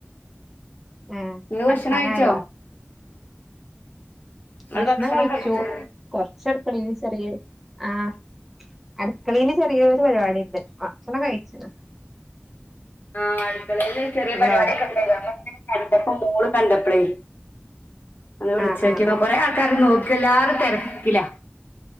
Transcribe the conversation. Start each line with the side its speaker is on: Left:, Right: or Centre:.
Centre: ഏഹ്
Left: ഇങ്ങള് ഭക്ഷണം
Centre: കടക്കാനായോ
Left: കഴിച്ചോ? നിങ്ങള്
Centre: ഭക്ഷണം കഴിച്ചു
Left: കഴിച്ചോ
Centre: കൊറച്ചട്ക്കളീല് ചെറിയെ ആഹ് അട്ക്കളീല് ചെറിയോരു പരിപാടിണ്ട് ഭക്ഷണം കഴിച്ച്ണ്
Left: ആഹ് അടുക്കളയിലൊരു ചെറിയ
Centre: ഹലോ
Left: പരിപാടിയൊക്കെ ഉണ്ടായിനു അപ്പ ഇങ്ങനെ കണ്ടപ്പോ മോള് കണ്ടപ്പളേ ഇങ്ങള് വിളിച്ച്
Centre: ആഹ്
Left: നോക്കി
Centre: ആഹ്
Left: കൊറെ ആൾക്കാരെ നോക്കി എല്ലാരും തിരക്കിലാ